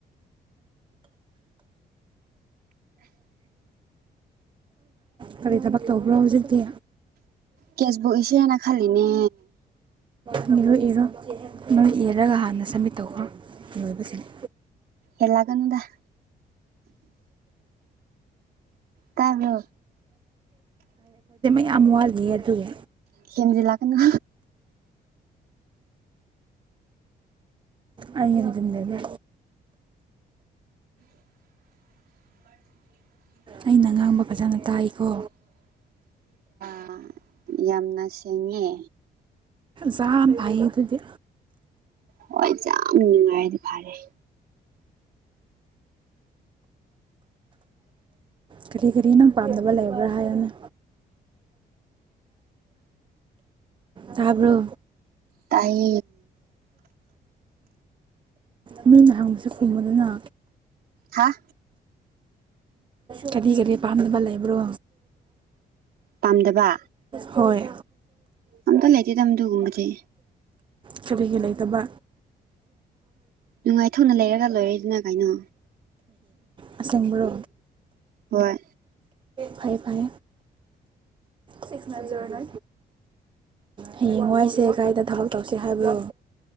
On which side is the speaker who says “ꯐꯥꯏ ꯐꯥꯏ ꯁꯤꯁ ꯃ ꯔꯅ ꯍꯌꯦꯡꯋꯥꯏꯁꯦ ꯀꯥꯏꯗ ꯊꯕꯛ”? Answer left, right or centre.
Right